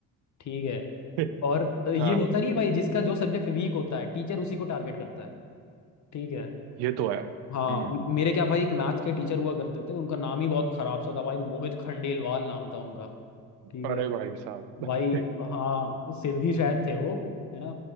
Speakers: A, on the left; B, on the right.
A: ठीक है
B: <laughs>
A: और अ, ये
B: हाँ
A: होता नहीं है भाई जिसका जो सब्जेक्ट वीक होता है टीचर उसी को टारगेट करता है ठीक है
B: ये तो है
A: हाँ
B: हम्म
A: म- मेरे क्या भाई एक मैथ के टीचर हुआ करते थे उनका नाम ही बहुत खराब सा था भाई मोहित खंडेलवाल नाम था उनका ठीक
B: अरे
A: है
B: भाई साहब
A: भाई
B: <laughs>
A: हाँ सिंधी शायद थे वो है ना